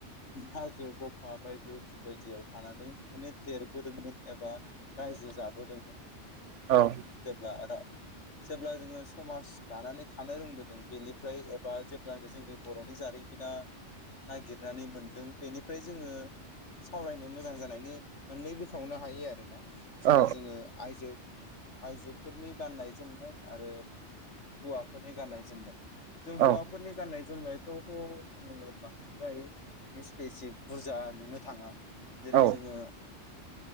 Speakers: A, on the left; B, on the right.
A: हाजो गफा बायबोदि बायदियाव थानानै माने देरबोदोंमोन एबा रायजो जाबोदोंमोन
B: औ
A: जेब्ला जेब्ला जोङो समाज दानानै थानो रोंबोदों बेनिफ्राय एबा जेब्लानो जोंनि बर'नि जारिमिना नागिरनानै मोनदों बेनिफ्राय जोङो सावरायनो मोजां जानायनि मोननै बोखावनो हायो आरोना जेरै
B: औ
A: जोङो आइजो आइजोफोरनि गाननाय जोमनाय आरो हौवाफोरनि गाननाय जोमनाय जों हौवाफोरनि
B: औ
A: गाननाय जोमनायफ्रावथ' जोङो बांद्राय स्पेसिक बुरजा नुनो थाङा जेरै
B: औ
A: जोङो